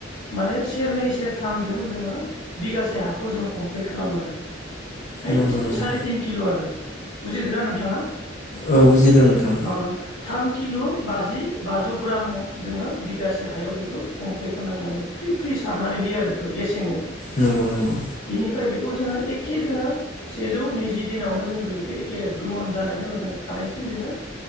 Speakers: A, on the left; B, on the left.
A: माने सेरनै सेरथामजों जोङो बिगासे हाखौ खौ जोङो कमप्लिट खालामो आरो। हायस
B: नंगौ
A: थि
B: नंगौ
A: सारि तिन किल' आरो। बुजिदोंना नों थाङा
B: औ बुजिदों नोंथां
A: आ थाम किल' बाजि बाजौ ग्राम जोङो बिगासे हायाव बेखौ कमप्लिट खालामनांगौ माने फ्रि फ्रि सारनानै होयो आरो बेखौ गेसेङै।
B: नंगौ। नंगौ
A: बेनिफ्राय बेखौ जोङो एखे जोङो सेजौ नैजि दिनावनो जों बेखौ एखे गोमोन जानायनि उनाव जों खानायसिम जोङो